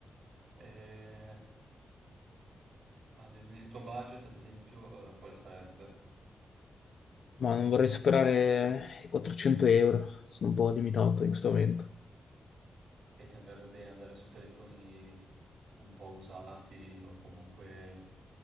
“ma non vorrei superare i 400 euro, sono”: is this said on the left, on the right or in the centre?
Left